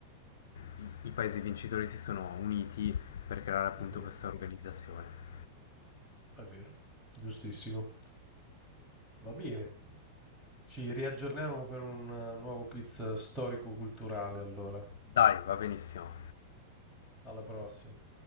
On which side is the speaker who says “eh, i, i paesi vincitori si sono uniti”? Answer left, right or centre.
Left